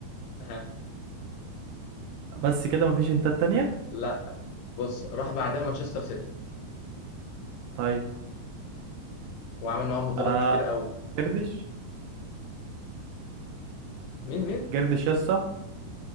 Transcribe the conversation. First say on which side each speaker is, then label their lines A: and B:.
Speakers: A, on the left (about 80°); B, on the right (about 80°).
A: أها.
B: بس كده مفيش انت التانية
A: لا بص راح بعدها مانشستر سيتي
B: طيب
A: وعمل معاهم بطولات
B: آه
A: كتير قوي
B: جرليش
A: مين مين
B: جرليش يا اسطى